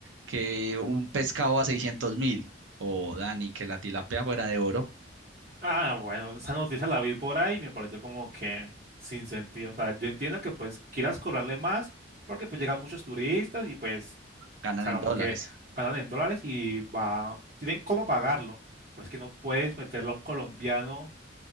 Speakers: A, on the right (about 75°); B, on the right (about 40°).
A: que un pescado a seiscientos mil o Dani, que la tilapia fuera de oro,
B: Ah, bueno, esa noticia la vi por ahí y me pareció como que sin sentido. O sea, yo entiendo que pues quieras cobrarle más porque pues llegan muchos turistas y pues,
A: ganan
B: o sea,
A: en
B: como
A: dólares.
B: que ganan en dólares y va, tienen cómo pagarlo. Pero es que no puedes meterle a un colombiano.